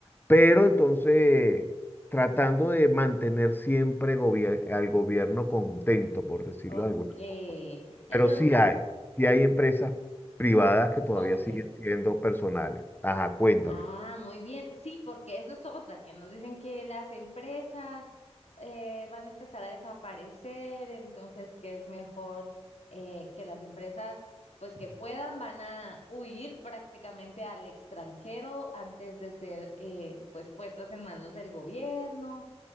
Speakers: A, on the left; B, on the left.
A: pero entonces tratando de mantener siempre gobier- al gobierno contento, por decirlo
B: ok.
A: de alguna forma.
B: Entonces,
A: Pero sí hay, sí hay empresas privadas que todavía
B: ok.
A: siguen siendo personales. Ajá, cuéntame.
B: Ah, muy bien. Sí, porque eso es otra, que nos dicen que las empresas eh, van a empezar a desaparecer, entonces que es mejor eh, que las empresas, pues que puedan, van a huir prácticamente al extranjero antes de ser eh, pues puestas en manos del gobierno.